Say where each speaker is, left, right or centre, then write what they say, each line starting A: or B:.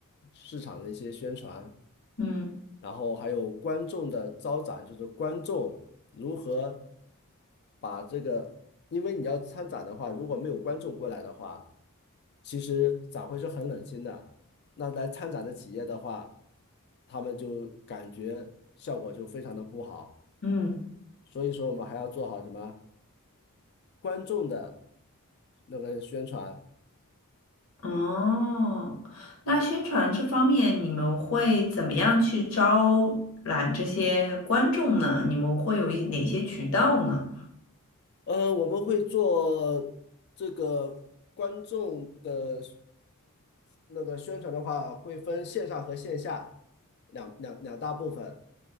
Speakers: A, on the left; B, on the left.
A: 市场的一些宣传。
B: 嗯
A: 然后还有观众的招展，就是观众如何把这个，因为你要参展的话，如果没有观众过来的话，其实展会是很冷清的。那来参展的企业的话，他们就感觉效果就非常的不好。
B: 嗯。
A: 所以说，我们还要做好什么观众的那个宣传。
B: 哦，那宣传这方面，你们会怎么样去招揽这些观众呢？你们会有一哪些渠道呢？
A: 嗯，呃我们会做这个观众的。那个宣传的话，会分线上和线下两两两大部分。